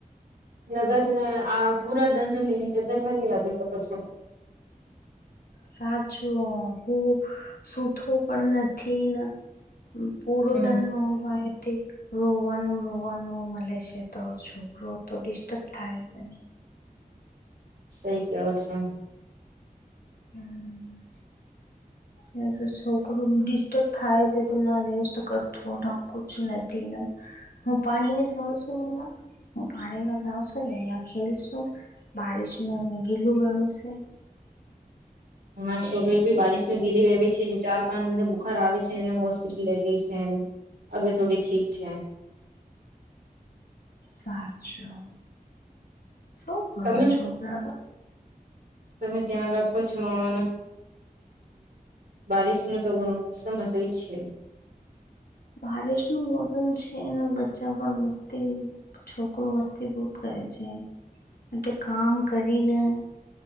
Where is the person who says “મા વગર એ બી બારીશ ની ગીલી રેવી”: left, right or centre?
Right